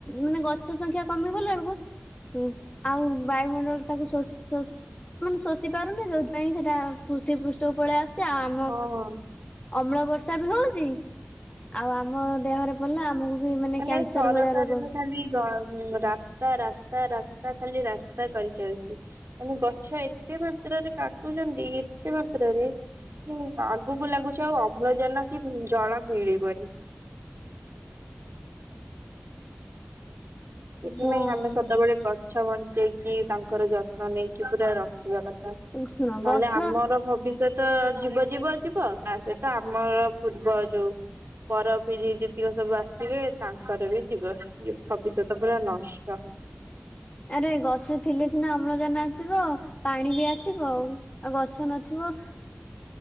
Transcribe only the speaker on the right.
ହଁ
ମାନେ
ସରକାରୀତ
ଖାଲି ର ରାସ ରାସ୍ତା ରାସ୍ତା ରାସ୍ତା ଖାଲି ରାସ୍ତା କରିଚାଲିଚି। ମାନେ ଗଛ ଏତେ ମାତ୍ରାରେ କାଟୁଚନ୍ତି ଏତେ ମାତ୍ରାରେ ହୁଁ ଆଗକୁ ଲାଗୁଛି ଆଉ ଅମ୍ଳଜାନକି ଜଳ ମିଳିବନି। ଏଥିପାଇଁ
ଆମେ ସଦାବେଳେ ଗଛ ବଞ୍ଚେଇକି ତାଙ୍କର ଯତ୍ନ ନେଇକି ପୁରା ରଖିବା କଥା।
ନହେଲେ ଆମର ଭବିଷ୍ୟତ ଯିବ ଯିବ ଯିବ ତାସହିତ ଆମର ପୂର୍ବ ଯୋଉ ପର ପିଢି ଯେତିକ ସବୁ ଆସିଥିବେ ତାଙ୍କରବି ଯିବ ଭବିଷ୍ୟତ। ତ ପୁରା ନଷ୍ଟ।